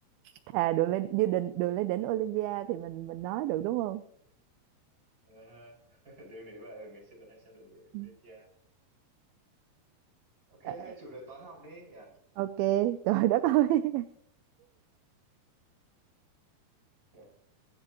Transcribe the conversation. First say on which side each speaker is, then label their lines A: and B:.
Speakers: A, on the right; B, on the right.
A: thà đường lên như đỉnh đường lên đỉnh Olympia thì mình mình nói được đúng không
B: à, <laughs> đường đấy mà ừ, <laughs> ngày xưa còn hay xem đường
A: Ừ.
B: đêm kia Ok,
A: Ờ,
B: hay chủ đề toán học đi nhỉ?
A: ok
B: Ừ.
A: trời đất ơi <laughs>
B: <laughs>